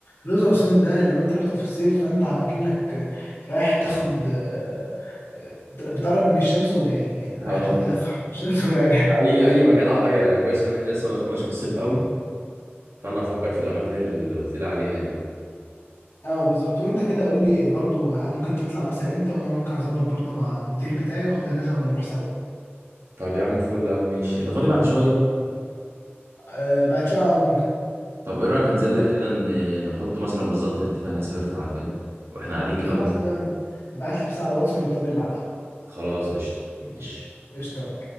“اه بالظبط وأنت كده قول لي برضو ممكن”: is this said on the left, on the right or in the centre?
Left